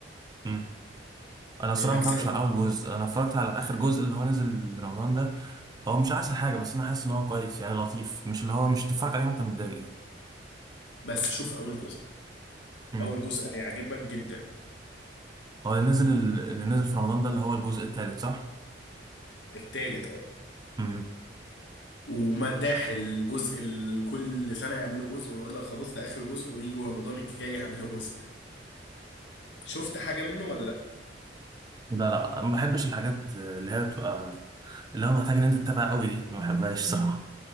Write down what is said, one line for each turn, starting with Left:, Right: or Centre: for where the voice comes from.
Right: لا انا الصراحه
Left: الاجزاء
Right: ما اتفرجتش
Left: دي.
Right: على اول جزء انا اتفرجت على اخر جزء اللي هو نزل رمضان ده هو مش احسن حاجه بس انا حاسس ان هو كويس يعني لطيف مش اللي هو مش تتفرج عليه وانت متضايق يعني
Left: بس شوف اول جزء
Right: امم
Left: اول جزء هيعجبك جدا
Right: هو اللي نزل اللي نزل في رمضان ده اللي هو الجزء الثالث صح
Left: التالت اه
Right: امم
Left: ومداح الجزء ال- كل سنة يعملوا جزء ويقول لك خلاص ده آخر جزء ويجوا رمضان الجاي يعملوا جزء شفت حاجة منه ولا لا؟
Right: لا لا ما بحبش الحاجات اللي هي بتبقى اللي هو محتاج ان انت تتابع قوي دي ما بحبهاش صراحه